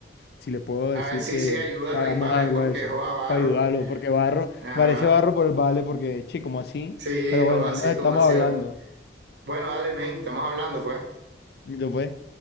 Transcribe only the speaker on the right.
A
ver, sí,
sí, ayúdalo
ahí para ver
porque
joda barro.
Ajá.
Sí,
joda
así
como así,
vale. Bueno, dale, men, estamos hablando, pues.